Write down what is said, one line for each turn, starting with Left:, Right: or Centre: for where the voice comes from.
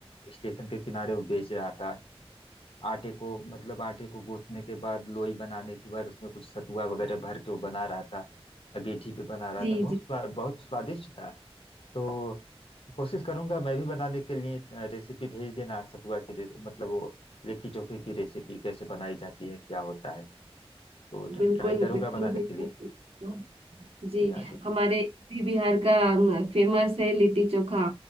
Left: स्टेशन के किनारे वो बेच रहा था आटे को मतलब आटे को गूंथने के बाद लोई बनाने के बाद उसमें कुछ सतुआ वगैरह भर के वो बना रहा था अगेठी पे बना रहा
Right: जी
Left: था बहुत
Right: जी
Left: स्वा, बहुत स्वादिष्ट था तो कोशिश करूंगा मैं भी बनाने के लिए अ, रेसिपी भेज देना सतुआ की रे- मतलब वो लिट्टी चोखे की रेसिपी कैसे बनाई जाती है क्या होता है तो
Right: बिल्कुल
Left: ट्राई करूंगा
Right: बिल्कुल
Left: बनाने के लिए
Right: जी
Left: जी हाँ
Right: जी हमारे यूपी बिहार का फेमस है लिट्टी चोखा